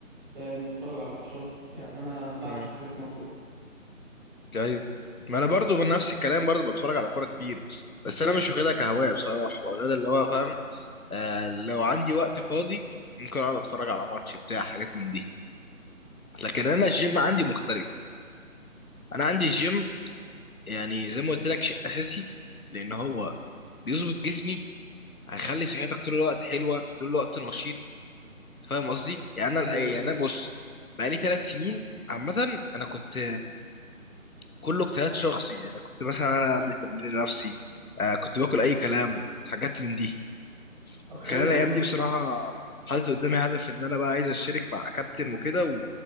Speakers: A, in the centre; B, on the left.
A: فاهم بتفرج على ماتشات يعني انا بعشق
B: امم
A: حاجة اسمها كورة
B: ايوه ما انا برضو بنفس الكلام برضو بتفرج على كوره كتير بس انا مش واخدها كهوايه بصراحه واخدها اللي هو فاهم آه لو عندي وقت فاضي ممكن اقعد اتفرج على ماتش بتاع حاجات من دي لكن انا الجيم عندي مختلف انا عندي الجيم يعني زي ما قلت لك شيء اساسي لان هو بيظبط جسمي هيخلي صحتك طول الوقت حلوه طول الوقت نشيط فاهم قصدي يعني انا
A: ايوه
B: الأي- يعني انا بص بقالي ثلاث سنين عامه انا كنت كله اجتهاد شخصي يعني كنت مثلا انا اعمل تمرين نفسي آه كنت باكل اي كلام حاجات من دي
A: طب حلو
B: كان أنا الايام
A: والله
B: دي بصراحه حاطط قدامي هدف ان انا بقى عايز اشترك مع كابتن وكده و-